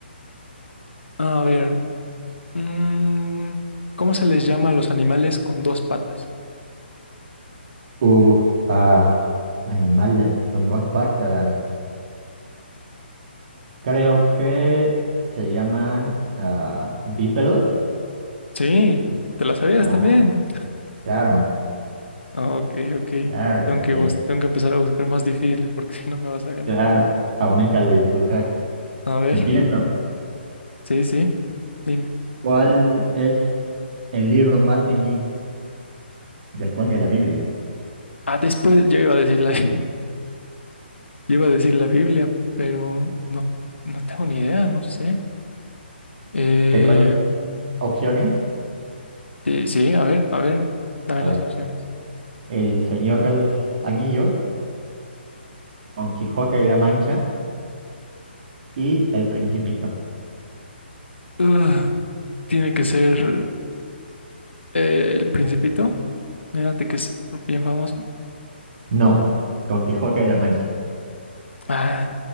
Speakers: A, on the left; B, on the right.
A: A ver, mm, ¿cómo se les llama a los animales con dos patas?
B: Uf, ah, animales con dos patas. Creo que se llaman ah, bípedos.
A: Sí, te la sabías
B: Ah,
A: también.
B: claro,
A: Ah, Ok, ok.
B: claro
A: Tengo
B: que sí.
A: que, bus- tengo que empezar a buscar más difíciles porque <laughs> si no me vas a ganar.
B: Claro, aumenta la dificultad.
A: A ver,
B: Empiezo.
A: sí, sí, dime.
B: ¿Cuál es el libro más vendido después de la Biblia?
A: Ah, después yo iba a decir la, <laughs> yo iba a decir la Biblia, pero no, no tengo ni idea, no sé. Eh,
B: ¿Qué hay opciones?
A: Sí, sí, a ver, a ver, dame
B: A
A: las
B: ver,
A: opciones.
B: El Señor de los Anillos, Don Quijote de la Mancha y El Principito.
A: Ugh, tiene que ser eh, El Principito. Mírate que es bien famoso.
B: No, Don Quijote de la Mancha.
A: Ah,